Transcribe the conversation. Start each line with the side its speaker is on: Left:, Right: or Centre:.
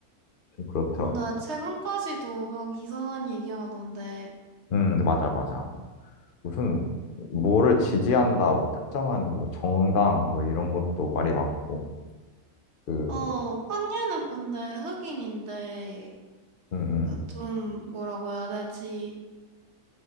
Left: 좀 그렇더라고.
Right: 근데 최근까지도 막 이상한 얘기 하던데.
Left: 음, 맞아, 맞아. 무슨 뭐를 지지한다, 뭐 특정한 뭐 정당 뭐 이런 것도 말이 많고 그,
Right: 어, 칸예는 근데 흑인인데,
Left: 음, 음.
Right: 어, 좀, 뭐라고 해야 되지?